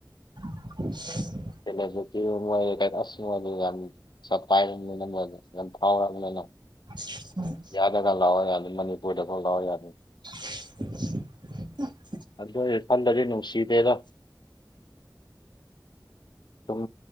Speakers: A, on the right; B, on the left.
A: <unintelligible>
B: ꯁꯨ ꯇ ꯀ ꯑꯁ ꯃ ꯌꯥꯝ ꯁ ꯄꯥꯏꯔ ꯐꯥꯎꯔꯛꯑꯔꯕꯅꯤꯅ
A: ꯎꯝ
B: ꯒ ꯂꯥꯛꯑꯣ ꯌꯥꯅꯤ ꯃꯅꯤꯄꯨꯔꯗ ꯂꯥꯛꯑꯣ ꯌꯥꯅꯤ
A: <unintelligible>
B: ꯑꯗꯨ ꯑꯩ ꯐꯜꯂꯗꯤ ꯅꯨꯡꯁꯤꯗꯦꯔꯣ ꯁꯨꯝ